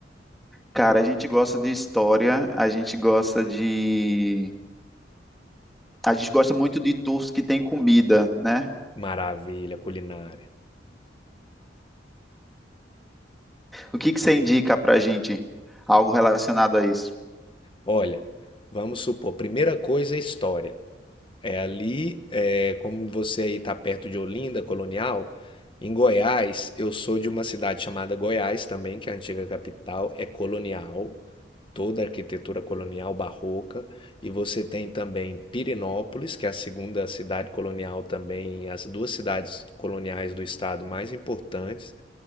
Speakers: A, in the centre; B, on the left.
A: Cara, a gente gosta de história, a gente gosta de, a gente gosta muito de tours que tem comida, né?
B: Maravilha, culinária.
A: O que que você indica pra gente? Algo relacionado a isso?
B: Olha, vamos supor, primeira coisa é história. É ali, é, como você aí está perto de Olinda, colonial, em Goiás, eu sou de uma cidade chamada Goiás também, que é a antiga capital, é colonial, toda a arquitetura colonial barroca, e você tem também Pirenópolis, que é a segunda cidade colonial também, as duas cidades coloniais do estado mais importantes.